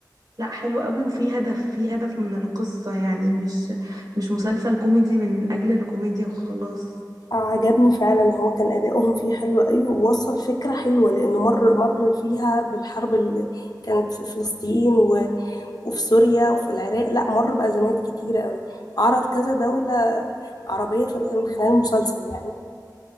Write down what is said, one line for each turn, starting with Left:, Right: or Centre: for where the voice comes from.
Right: لا حلو قوي وفي هدف في هدف من القصة يعني مش مش مسلسل كوميدي من أجل الكوميديا وخلاص
Left: آه، عجبني فعلا هو كان ادائهم فيه حلو قوي ووصل فكرة حلوة لانه مر مر فيها بالحرب اللي كانت في فلسطين و- وفي سوريا وفي العراق لا مر بأزمات كتيرة قوي عرض كذا دولة عربية في من خلال المسلسل يعني